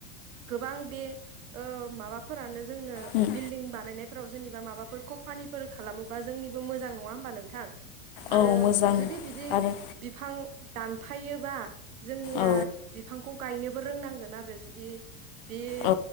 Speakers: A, on the right; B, on the left.
A: गोबां बे ओ माबाफोरानो जोंनो
B: उम
A: बिल्डिं बानायनाय ाव जेनेबा माबाफोर कम्पानिफोर खालामोबा जोंनिबो मोजां नङा होमबा नोंथां
B: औ
A: आरो
B: मोजां
A: जुदि बिदि
B: आरो
A: बिफां दानफायोबा जोंनिया
B: औ
A: बिफांखौ गायनो बो रोंनांगोन आरो जुदि बेयो
B: औ